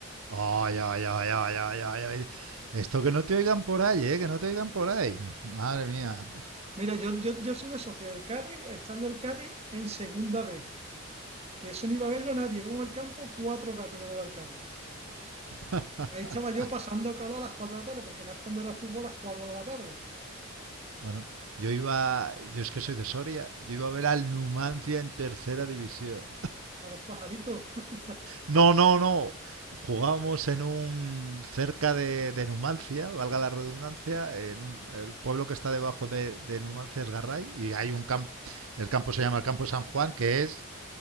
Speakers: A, on the right; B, on the right.
A: Ay, ay, ay, ay, ay, ay, ay. Esto que no te oigan por ahí, ¿eh? Que no te oigan por ahí. Madre mía.
B: Mira, yo, yo, yo estuve socio del Cádiz, estando el Cádiz en segunda B, que eso no iba a verlo nadie. Vamos al campo, cuatro gatos íbamos a ver Cádiz.
A: <laughs>
B: Y ahí estaba yo pasando calor a las cuatro de la tarde, porque más cuando era fútbol a las cuatro de la tarde,
A: bueno, yo iba, yo es que soy de Soria, yo iba a ver al Numancia en tercera división.
B: a los pajaritos. <laughs>
A: No, no, no. Jugábamos en un cerca de, de Numancia, valga la redundancia, en un- el pueblo que está debajo de, de Numancia es Garray y hay un campo, el campo se llama el Campo San Juan, que es